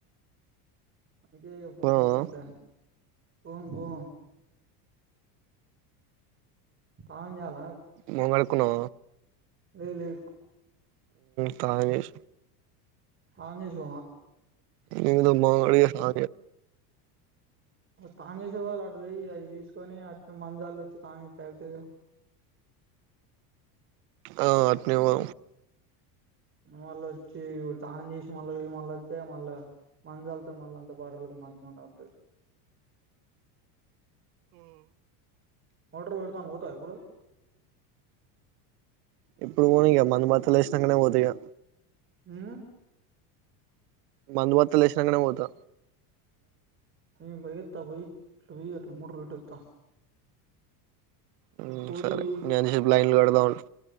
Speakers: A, on the right; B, on the right.
A: అందుకే ఫోన్
B: పోదామా
A: చేసినా ఒక దాన్ని పో పో తాజాల
B: మంగడుకున్నా
A: లే లే
B: తానేష
A: అందిష
B: నంగ్ మంగ సా
A: తనేల అ పో అది తీసుకొని అ మన జలో వచ్చ కా చె టతు
B: ఆ అట్నేవా
A: మళ్ళ వచ్చి ఇప్పుడు స్నానం చేసి మళ్ళీ మళ్ళ వస్తే మళ్ళా మంాలతో మళ్ళీ అంత బాటలు మ ఉంటంది ఆడర్ పెడదాను పోతా ఇప్పుడు
B: ఇప్పుడు పోనీ ఇక మందు భర్తలు వేసినాకనే పోత ఇక
A: అ
B: మందు వత లేసినాకనే పోతా
A: అే మ బయ త పోయి ఇ మూడు ర రటత
B: మ్మ్
A: ఈ కోదులు
B: సరే గంతసేపు లైన్లు కడదాం ఉండు